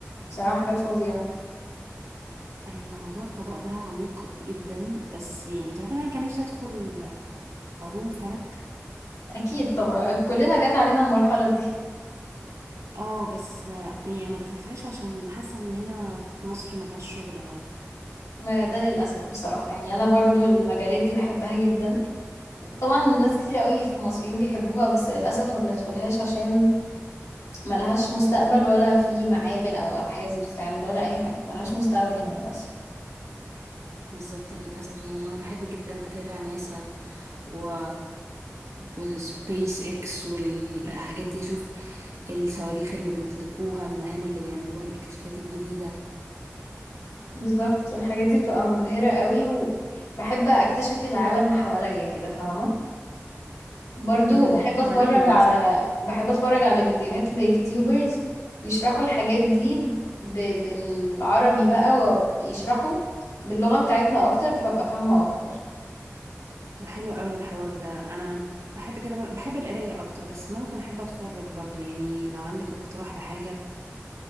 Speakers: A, on the left; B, on the right.
A: بصراحة حاجات فظيعة
B: الموضوع الفضاء ده عميق جدا بس يعني تعرفين انا كان نفسي ادخل علوم فلك
A: أكيد طبعا كلنا جت علينا المرحلة دي
B: اه بس آه، يعني ما دخلتهاش عشان حاسه ان هنا في مصر ملهاش شغل قوي
A: ما ده للأسف بصراحة يعني أنا برضو المجالات دي بحبها جدا طبعا ناس كتير قوي في مصريين بيحبوها بس للأسف ما بندخلهاش عشان ملهاش مستقبل ولا في معامل أو أبحاث بتتعمل ولا أي حاجة ملهاش مستقبل هنا للأسف
B: بالظبط للأسف يعني أنا بحب جدا أتابع ناسا و وسبيس اكس والحاجات دي أشوف الصواريخ اللي بيطلقوها المهام اللي بيعملوها الاكتشافات الجديدة
A: بالظبط الحاجات دي بتبقى مبهرة قوي وبحب اكتشف العالم حواليا كده فاهمة برضو
B: ده
A: بحب
B: مش
A: اتفرج
B: حوالينا
A: على
B: بس
A: بحب اتفرج على فيديوهات ليوتيوبرز يشرحوا الحاجات دي ب... بالعربي بقى ويشرحوا باللغة بتاعتنا اكتر فابقى فاهمة اكتر
B: ده حلو قوي الحوار ده أنا بحب كده بر... بحب القراية أكتر بس ممكن أحب أتفرج برضو يعني لو عندك اقتراح لحاجة